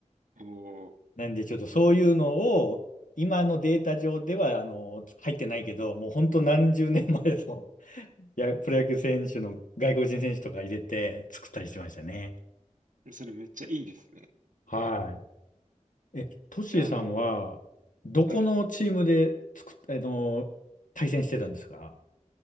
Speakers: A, on the right; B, on the left.
A: お
B: なんで、ちょっとそういうのを、今のデータ上では、あの、入ってないけど、もう本当何十年前の <laughs>、いや、プロ野球選手の外国人選手とか入れて作ったりしてましたね。
A: ー、それめっちゃいいですね。
B: はい。え、トッシーさんは、
A: いやあの、
B: どこのチームで作っ、
A: はい。
B: あの、対戦してたんですか